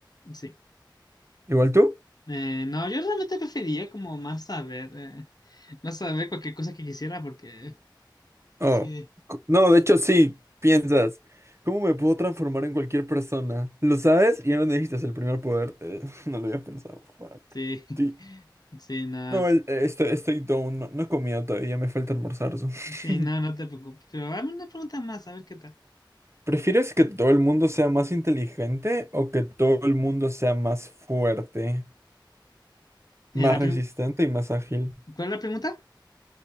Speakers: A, on the left (about 55°); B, on the right (about 35°).
A: Sí.
B: ¿Igual tú?
A: Eh, no, yo realmente preferiría como más saber, eh, más saber cualquier cosa que quisiera porque
B: Oh.
A: así,
B: co- No, de hecho sí, piensas. ¿Cómo me puedo transformar en cualquier persona? ¿Lo sabes? Y ya no necesitas el primer poder. Eh, <laughs> no lo había pensado. Fuck.
A: sí, <laughs>
B: Sí.
A: sí, no,
B: No,
A: sí.
B: el- eh, estoy, estoy down. No, no he comido todavía, me falta almorzar. so.
A: Sí, no,
B: <laughs>
A: no te preocupes. Pero dame una pregunta más, a ver qué tal.
B: ¿Prefieres que todo el mundo sea más inteligente o que todo el mundo sea más fuerte,
A: Eh,
B: más
A: la
B: resistente
A: prim-
B: y más ágil?
A: ¿Cuál es la pregunta?